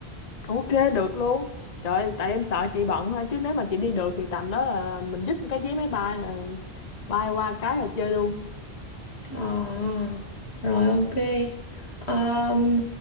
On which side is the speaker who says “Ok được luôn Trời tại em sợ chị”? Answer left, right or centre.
Left